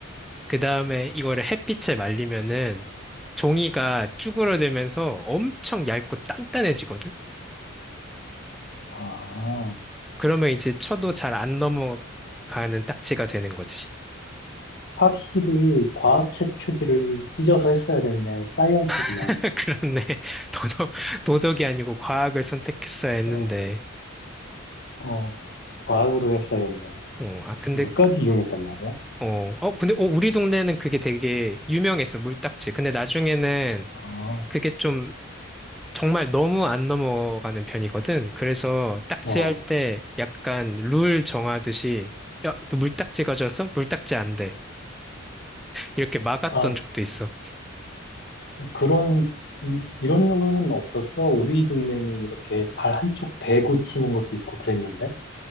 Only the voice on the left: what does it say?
아,
확실히 과학책 표지를 찢어서 했어야 됐네. 사이언스구만.
어, 어, 과학으로 했어야 됐네.
물까지 이용했단 말이야?
아,
어,
아,
그런, 음, 이런 룰은 없었어. 우리 동네는 이렇게 발 한쪽 대고 치는 것도 있고 그랬는데.